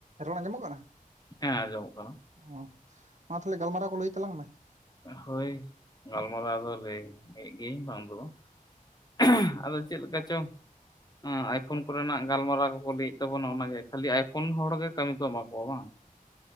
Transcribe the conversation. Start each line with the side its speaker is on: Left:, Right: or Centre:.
Right: ᱨᱚᱲ ᱟᱸᱡᱚᱢᱚᱜ ᱠᱟᱱᱟ?
Left: ᱦᱮᱸ ᱟᱸᱡᱚᱢᱚᱜ ᱠᱟᱱᱟ ᱾
Right: ᱚ ᱢᱟ ᱛᱟᱦᱚᱞᱮ ᱜᱟᱞᱢᱟᱨᱟᱣ ᱠᱚ ᱞᱟᱹᱭ ᱛᱟᱞᱟᱝ ᱢᱮ ᱾
Left: ᱦᱳᱭ ᱜᱟᱞᱢᱟᱨᱟᱣ ᱫᱚ ᱞᱟᱹᱭ ᱞᱟᱹᱭᱮᱜ ᱜᱤᱭᱟᱹᱧ ᱵᱟᱝ ᱫᱚ ᱵᱟᱝ ᱾ <unintelligible> ᱟᱫᱚ ᱪᱮᱫ ᱞᱮᱠᱟ ᱪᱚᱝ ᱦᱚᱸ ᱟᱭ-ᱯᱷᱳᱱ ᱠᱚᱨᱮᱱᱟᱜ ᱜᱟᱞᱢᱟᱨᱟᱣ ᱠᱚᱠᱚ ᱞᱟᱹᱭ ᱮᱫ ᱛᱟᱵᱚᱱᱟ ᱚᱱᱟ ᱜᱮ ᱠᱷᱟᱞᱤ ᱟᱭ-ᱯᱷᱳᱱ ᱦᱚᱲ ᱜᱮ ᱠᱟᱹᱢᱤ ᱠᱚ ᱮᱢᱟ ᱠᱚᱣᱟ ᱵᱟᱝ?